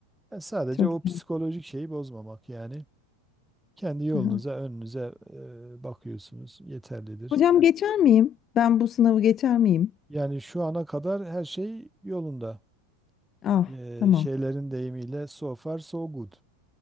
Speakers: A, in the centre; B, on the left.
A: E, sadece
B: Çok
A: o
B: sağ
A: psikolojik
B: olun.
A: şeyi bozmamak yani. Kendi yolunuza,
B: Aha.
A: önünüze e, bakıyorsunuz yeterlidir.
B: Hocam geçer miyim? Ben bu sınavı geçer miyim?
A: Yani şu ana kadar her şey yolunda.
B: Ah
A: E,
B: tamam.
A: şeylerin deyimiyle so far so good.